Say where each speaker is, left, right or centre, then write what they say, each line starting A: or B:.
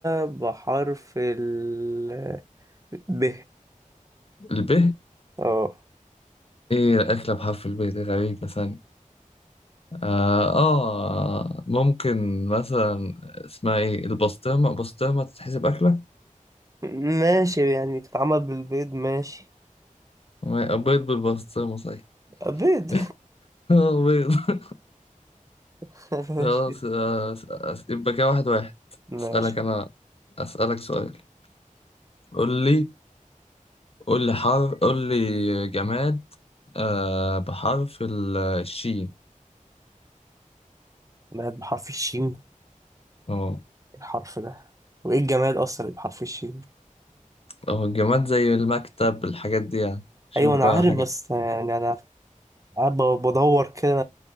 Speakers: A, on the right; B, on the left.
A: بحرف ال ب
B: الب
A: اه
B: ايه أكلة بحرف الب دي غريبة ثانية آه, اه ممكن مثلا اسمها ايه البسطرمة بسطرمة تتحسب أكلة
A: ماشي يعني بتتعمل بالبيض ماشي
B: ما- بيض بالبسطرمة صحيح
A: بيض
B: <laughs> آه، بيض
A: <laughs> ماشي
B: خلاص آه، أس- أس- يبقى كده واحد واحد
A: ماشي
B: اسألك انا اسألك سؤال قول لي قول لي حرف قول لي جماد آه بحرف ال- الشين
A: جماد بحرف الشين إيه
B: اه
A: الحرف ده وايه الجماد اصلا اللي بحرف الشين
B: اهو الجماد زي المكتب الحاجات دي يعني شوف
A: ايوه انا
B: بقى
A: عارف
B: حاجة
A: بس يعني انا قاعد ب- بدور كده